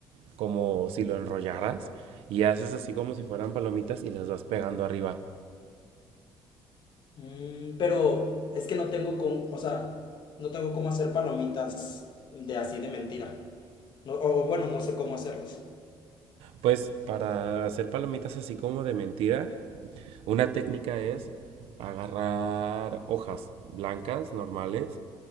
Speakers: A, on the right; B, on the left.
A: como si lo enrollaras y haces así como si fueran palomitas y las vas pegando arriba.
B: Mm, pero es que no tengo con, o sea, no tengo cómo hacer palomitas de así de mentira. No, o bueno, no sé cómo hacerlas.
A: Pues para hacer palomitas así como de mentira, una técnica es agarrar hojas blancas normales